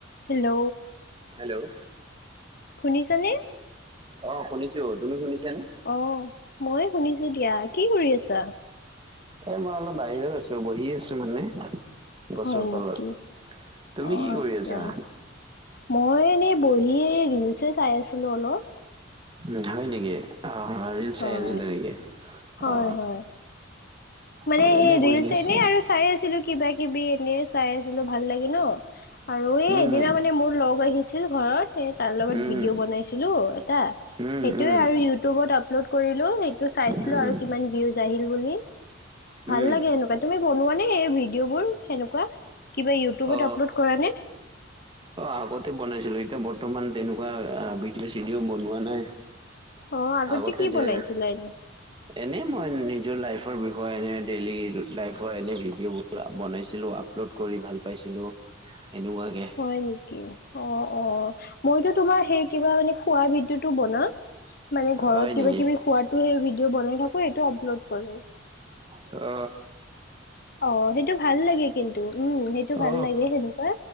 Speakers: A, on the left; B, on the right.
A: হেল্ল'?
B: হেল্ল'?
A: শুনিছানে?
B: অ শুনিছো। তুমি শুনিছানে?
A: অ' মই শুনিছো দিয়া, কি কৰি আছা?
B: এ মই অলপ বাহিৰত আছো বহি আছো মানে। গছৰ
A: হয় নেকি?
B: তলত, তুমি
A: অ
B: কি
A: আচ্ছা।
B: কৰি আছা?
A: মই এনেই বহি এই ৰিলচ চাই আছিলো অলপ।
B: উ হয় নেকি, অ' ৰিল
A: হয়।
B: চাই আছিল নেকি?
A: হয়
B: অ।
A: হয়। মানে
B: মই এনে
A: সেই ৰিলচ
B: বহি আছো।
A: এনে আৰু চাই আছিলো কিবা কিবি এনে। চাই আছিলো ভাল লাগে ন, আৰু এই সেইদিনা
B: উম
A: মানে মোৰ লগ আহিছিল ঘৰত তাৰ লগত
B: উম
A: ভিডিঅ বনাইছিলো এটা সেইটোয়ে
B: উম উম
A: আৰু ইউটিউবত আপলোড কৰিলো। টো চাইছিলো
B: উম
A: আৰু কিমান ভিউজ আহিল বুলি। ভাল
B: উম
A: লাগে সেনেকুৱা। তুমি বনোৱা নে এই ভিডিঅবোৰ সেনেকুৱা? কিবা ইউটউবত
B: অ
A: আপলোড কৰা নে?
B: অ আগতে বনাইছিলো, এতিয়া বৰ্তমান তেনেকুৱা ভিডিঅ'-চিডিঅ' বনোৱা নাই।
A: অ
B: আগতে
A: কি
B: ধেৰ
A: বনাইছিলা এনে
B: এনেই মই নিজৰ লাইফৰ বিষয়ে এনে ডেইলি লাইফৰ এনে ভিডিঅ বনাইছিলো আপলোড কৰি ভাল পাইছিলো, এনেকুৱাকে।
A: হয় নেকি? অ অ মইতো তোমাৰ সেই কিবা মানে খোৱাৰ ভিডিঅটো বনাও, মানে ঘৰত
B: হয়
A: কিবা
B: নেকি?
A: কিবি খোৱা ভিডিঅ' বনাই থাকো এইটো আপলোড কৰো।
B: অ।
A: অ সেইটো ভাল লাগে কিন্তু, উম সেইটো ভাল
B: আহ
A: লাগে সেনেকুৱা।